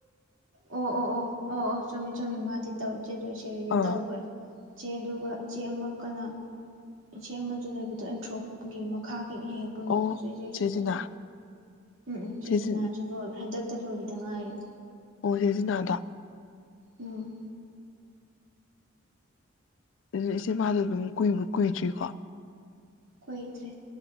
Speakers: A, on the right; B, on the left.
A: ꯑꯣ ꯑꯣ ꯑꯣ ꯑꯣ ꯑꯣ ꯆꯨꯝꯃꯤ ꯆꯨꯝꯃꯤ ꯃꯥꯗꯤ ꯇꯧꯔꯤ ꯆꯦꯗꯣꯏꯁꯦꯔꯗꯤ
B: ꯑꯥ
A: ꯇꯧꯈ꯭ꯔꯦ ꯏꯆꯦ ꯑꯗꯨꯒ ꯏꯆꯦ ꯑꯃꯛ ꯀꯅ ꯏꯆꯦ ꯑꯃꯁꯨ ꯂꯩꯕꯗꯣ ꯑꯦꯟꯊ꯭ꯔꯣ ꯃꯈꯥ ꯍꯦꯛ ꯍꯦꯛ ꯄꯨꯟꯕꯗꯨꯁꯨꯆꯦ
B: ꯑꯣ ꯆꯦ
A: ꯁꯤꯗ
B: ꯖꯤꯅꯥ
A: ꯎꯝ ꯎꯝ ꯁꯤꯁꯤꯅꯁꯨ
B: ꯆꯦ ꯖꯤ
A: ꯂꯣꯏꯕ꯭ꯔ ꯍꯟꯗꯛ ꯠꯇ ꯂꯣꯏꯒꯤꯗ ꯉꯥꯏꯔꯤ
B: ꯁꯤ ꯅꯅꯥꯗ
A: ꯎꯝ
B: ꯑꯗꯨ ꯏꯆꯦ ꯃꯥꯗꯣ ꯑꯗꯨꯝ ꯀꯏ ꯀꯨꯏꯗ꯭ꯔꯤꯀꯣ
A: ꯀꯣꯏꯗ꯭ꯔꯦ